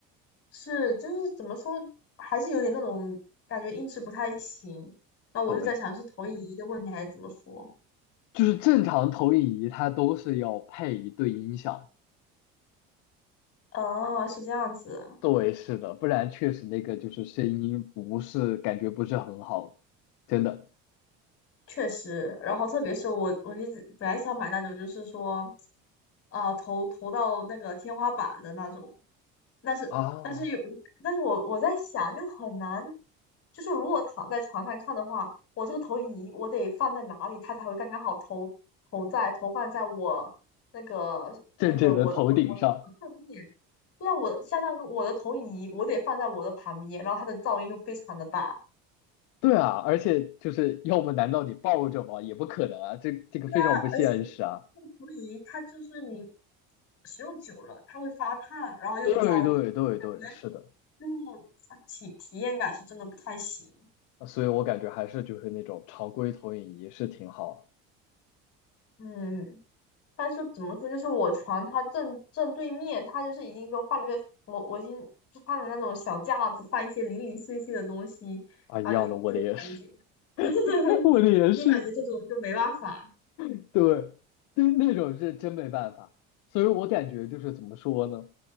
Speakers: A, on the left (about 50°); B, on the left (about 75°).
A: 是就是怎么说，还是有点那种感觉音质不太行，那我就在想是投影仪的问题还是怎么说？
B: 对。就是正常投影仪它都是要配一对音响，
A: 哦，是这样子。
B: 对，是的，不然确实那个就是声音不是感觉不是很好，真的
A: 确实，然后特别是我，我一直本来想买那种，就是说，呃，投投到那个天花板的那种，但是但是有，
B: 啊，
A: 但是我我在想，就很难，就是如果躺在床上看的话，我这个投影仪我得放在哪里，它才会刚刚好投投在投放在我那个那个我我我我正面，
B: 正正的头顶上，
A: 对啊，我相当于我的投影仪我得放在我的旁边，然后它的噪音又非常的大。
B: 对啊，而且就是要么难道你抱着吗？也不可能啊，这这个非常不现实啊，
A: 对啊，而且那个陀椅它就是你使用久了，它会发烫，然后又有噪音，
B: 对对对对，
A: 感觉
B: 是的，
A: 嗯，种体体验感是真的不太行。
B: 啊所以我感觉还是就是那种常规投影仪是挺好
A: 嗯，但是怎么说，就是我床它正正对面，它就是已经给我放了个我我已经就放了那种小架子，放一些零零碎碎的东西，
B: 啊，
A: 然后就是就是感觉，
B: 一样的，我的也是，
A: <laughs>
B: <laughs> 我的也是，
A: 就感觉这种就没办法。
B: 对，对那种是真没办法，所以我感觉就是怎么说呢？